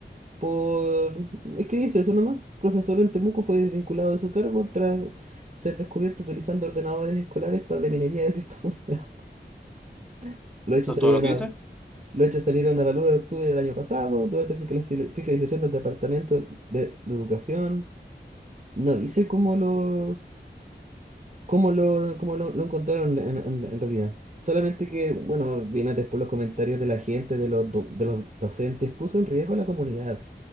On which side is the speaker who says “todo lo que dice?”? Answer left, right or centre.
Centre